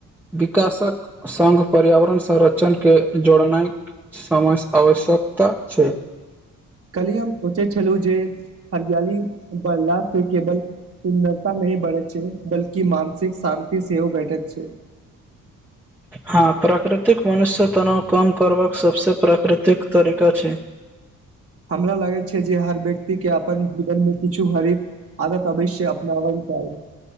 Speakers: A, in the centre; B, on the right.
A: विकासक संघ पर्यावरण संरक्षण के जोड़नाय समय आवश्यकता छै
B: कली हम सोचे छलहु जे हरियाली बढ़ला से केवल सुन्दता मे बढ़े छै बल्कि मानसिक शान्ति सेहो भेटैत छै
A: हँ प्राकृतिक मनुष्य तनाव कम करबाक सबसे प्राकृतिक तरीका छै
B: हमरा लगैत छै जे हर व्यक्ति के अपन जीवनमे किछु हरित आ तबिस्य अपनावल जायत